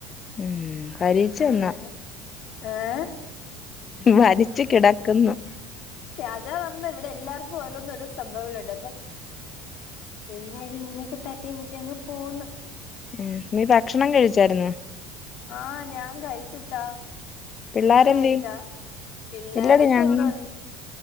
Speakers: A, on the left; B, on the left.
A: ഉം കരീച്ച എന്നാ
B: അങ്ങനെ ഏ
A: വരിച് കിടക്കുന്നു
B: അതാ പർഞ്ഞെ ഇവടെ എല്ലാർക്കും ഓരോന്നും ഓരോ സംവങ്ങളുണ്ട് അപ്പൊ എല്ലാരും ഇങ്ങനെയൊക്കെ തട്ടി മുട്ടി അങ്ങ് പോന്ന്
A: ഉം നീ ഭക്ഷണം കഴിച്ചായിര്ന്നോ
B: ആ ഞാൻ കഴിച് ഇത്താ
A: പിള്ളാരെന്തേ
B: ഇങ്ങള് കഴിച്ചാ പിള്ളെരൊക്ക
A: ഇല്ലടി ഞങ്ങ
B: ഇവടോണ്ട്